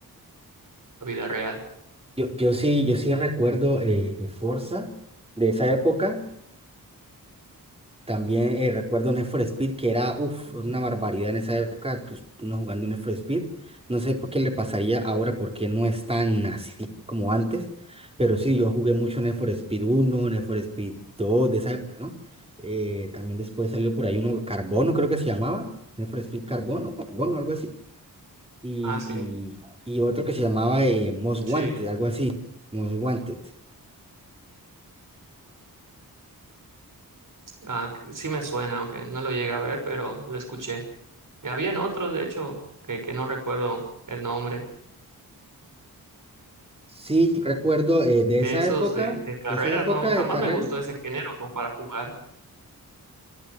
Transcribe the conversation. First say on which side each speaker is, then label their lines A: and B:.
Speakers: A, on the right; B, on the right.
A: vida real.
B: Yo, yo sí, yo sí recuerdo eh, eh, Forza de esa época. También eh, recuerdo Need for Speed, que era uf,
A: Ujú.
B: una barbaridad en esa época, tú, uno jugando Need for Speed. No sé por qué le pasaría ahora, porque no es tan así como antes. Pero sí, yo jugué mucho Need for Speed uno Need for Speed 2 de esa época, ¿no? Eh, también después salió por ahí uno, Carbono
A: Ujú.
B: creo que se llamaba, Need for Speed Carbono, Carbono, algo así. Y,
A: Ah, sí.
B: y, y otro que se llamaba eh, Most
A: Sí,
B: Wanted, algo así, Most Wanted.
A: ah, c- sí me suena, aunque no lo llegué a ver, pero lo escuché. Y habían otros, de hecho, que, que no recuerdo el nombre.
B: Sí, recuerdo eh, de
A: De
B: esa
A: esos
B: época,
A: de, de carreras,
B: de esa época
A: no, jamás
B: de carrera.
A: me gustó ese género como para jugar.